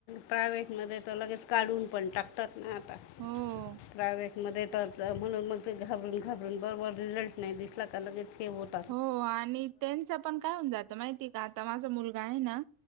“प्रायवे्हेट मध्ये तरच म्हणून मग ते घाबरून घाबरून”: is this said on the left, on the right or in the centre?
Left